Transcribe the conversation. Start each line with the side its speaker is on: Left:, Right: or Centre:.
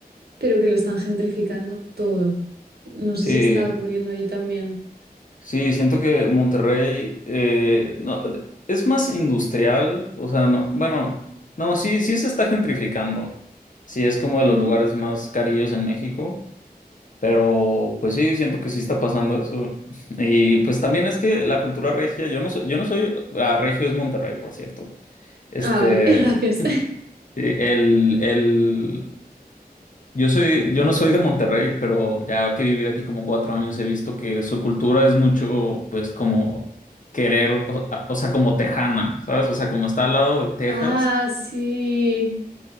Right: pero que lo están gentrificando todo. No sé
Left: Sí.
Right: si está ocurriendo allí también.
Left: Sí, siento que Monterrey eh, no, es más industrial, o sea, no, bueno, no, sí, sí se está gentrificando. Sí, es como de
Right: Ujú.
Left: los lugares más carillos en México, pero pues sí, siento que sí está pasando eso. <laughs> Y pues también es que la cultura regia, yo no soy, yo no soy, ah, regio es Monterrey, por cierto. Este,
Right: Ah, vale, <laughs> gracias.
Left: sí, el, el, yo soy, yo no soy de Monterrey, pero ya que he vivido aquí como cuatro años, he visto que su cultura es mucho, pues, como querer, o, o sea, como tejana, ¿sabes? O sea, como está al lado de Texas,
Right: Ah, sí.